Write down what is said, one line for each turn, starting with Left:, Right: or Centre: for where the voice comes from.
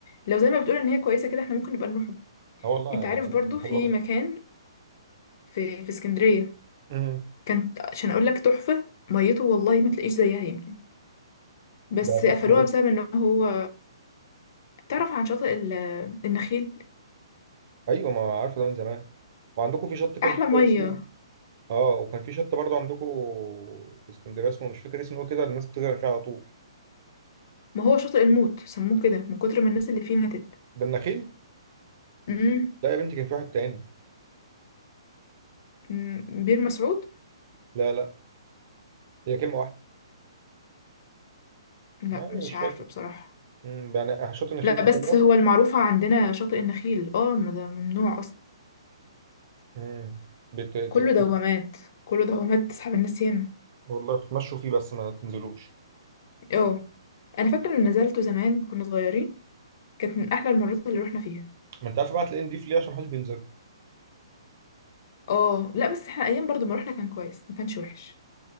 Left: لو زي ما بتقول ان هي كويسه كده احنا ممكن نبقى نروحه
Right: اه والله
Left: انت
Right: يعني
Left: عارف
Right: كان-
Left: برضو
Right: كان
Left: في
Right: حلوه جدا
Left: مكان في في اسكندريه
Right: امم
Left: كانت عشان اقول لك تحفه ميته والله ما تلاقيش زيها يمكن بس
Right: ده في
Left: قفلوها
Right: اسمه
Left: بسبب ان هو تعرف عن شاطئ ال- النخيل
Right: إيه؟ ايوه ما عارفه ده من زمان وعندكم في شط كده
Left: احلى
Right: مش فاكر
Left: ميه
Right: اسمه اه وكان في شط برضه عندكم في اسكندريه اسمه مش فاكر اسمه إيه كده الناس بتغرق فيه على طول
Left: ما هو شاطئ الموت سموه كده من كتر ما الناس اللي فيه ماتت
Right: ده النخيل
Left: امم
Right: لا يا بنتي كان في واحد تاني
Left: أمم، بير مسعود
Right: لا لا هي كلمه واحده
Left: لا
Right: يعني
Left: مش
Right: مش
Left: عارفه
Right: فاكر
Left: بصراحه
Right: امم يعني شط النخيل
Left: لا
Right: ده
Left: بس
Right: فين اصلا
Left: هو المعروفه عندنا شاطئ النخيل اه ما ده ممنوع
Right: امم بت... بت-
Left: كله دوامات كله دوامات تسحب الناس ياما
Right: والله بتمشوا فيه بس ما تنزلوش
Left: اه انا فاكره ان نزلته زمان كنا صغيرين كانت من احلى المرات اللي روحنا فيها
Right: ما انت عارف بقى تلاقيه نضيف ليه عشان محدش بينزل
Left: اه لا بس احنا ايام برضو ما روحنا كان كويس ما كانش وحش